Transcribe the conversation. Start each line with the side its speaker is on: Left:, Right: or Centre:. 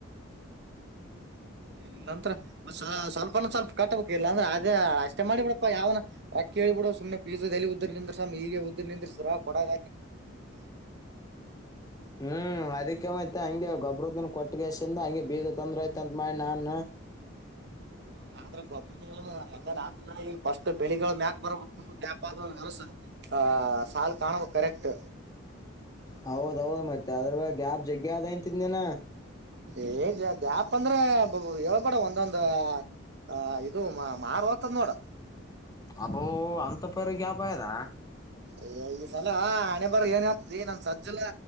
Right: ಹೌ ಇಲ್ಲಾಂದ್ರ ಸ್ವಲ್ಪನ ಸ್ವಲ್ಪ ಕಟ್ಟಬೇಕ ಇಲ್ಲ ಅಂದ್ರೆ ಅದೇ ಅಷ್ಟೇ ಮಾಡಿ ಬಿಡಪ್ಪಾ ಯಾವನ ರೊಕ್ಕಿ ಹಿ ಬಿಡ ಸುಮ್ನೆ ಪೀಸಜಲ್ಲಿ ಉದ್ದರ್ ನಿಂತ್್ರಸಾಮ್ ಈೀಗ ಉದ್ದರ್ ನಿಂದ್ರಸ್ರ ಕೊಡಗ
Left: ಹ್ಮ್ ಅದಕ್ಕೆೇಮ ಐತೆ ಹಂಗೆ ಗೊಬ್ರದ ಕೊಟ್ಟಗಸಿಂದ ಹಂಗೆ ಬೀಜ ತೊಂದ್ರ ಐತೆ ಅಂತ್ ಮಾಡಿ ನಾನ್
Right: ಹೌ ಆದ್ರೆ ಗೊಬ್ಬರ ಎಂಗತ ಈ ಫಸ್ಟ್ ಬೆಳಿಗಳು ಮ್ಯಾಕ್ ಬರಬು ದೇಪ ಅಸ ಹ ಸಾಲು ಕಾಣಬ ಕರೆಕ್ಟ್
Left: ಹೌದೌದು ಮತ್ತೆ ಅದ್ರ ಬ ಗ್ಯಾಪ್ ಜಗ್ಗ ಅ ಅಂತಿದ್ನನ
Right: ಏ ಜಾಪ್ ಅಂದ್ರೆ ಯಳ್ಬೇಡ ಒಂದೊಂದ ಹ ಇದು ಮಾರು ಹೋತದ್ ನೋಡ
Left: ಅಬೋ ಅಂತ ಪರು ಗ್ಯಾಪ್ ಆಯದಾ
Right: ಅಯ ಈ ಸಲ ಹಣೆ ಬರ ಏನ್ ಆಗ್ತದೆ ನನ್ ಸಜ್ಜಲ